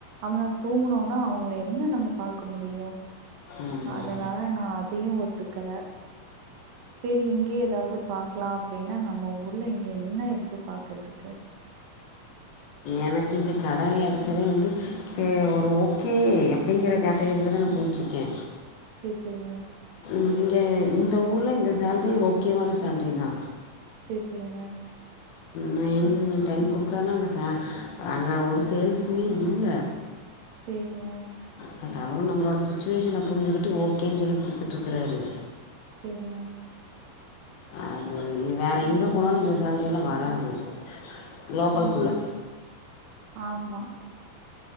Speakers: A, on the right (about 75°); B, on the left (about 80°).
A: நம்ம தூங்குனோனா அவுங்கள என்ன நம்ம பாக்க முடியு
B: ஆமாம்
A: அதனால நா அதயு ஒத்துக்கல சேரி இங்கேயே ஏதாவது பாக்கலா அப்டின்னா நம்ம ஊர்ல இங்க என்ன இருக்கு பாக்குறதுக்கு
B: எனக்கு இந்த கடே அடைச்சதே வந்து ஒகே ஒரு ஓகே அப்டிங்ற கேட்டகிரியில தா நா போய்ட்டுருக்கே
A: சேரி சேரிங்க
B: ந இங்க இந்த ஊர்ல் இந்த சேல்ரி ஓகேவான சேல்ரி தா
A: சரிங்க
B: நைன் டென் குடுக்குறானாங்க ச அங்க ஒரு சேல்ஸ்மே இல்ல
A: சேரிங்க
B: பட் அவரு நம்மளோடய சுட்டுவேஷன புரிஞ்சுக்கிட்டு ஓகேன்னு சொல்லி குடுத்துட்டு இருக்காரு
A: சேரிங்க
B: அது இது வேற எங்க போனாலு இந்த சேலரில்லா வராது லோக்கல்குள்ள
A: ஆஹா ஆமா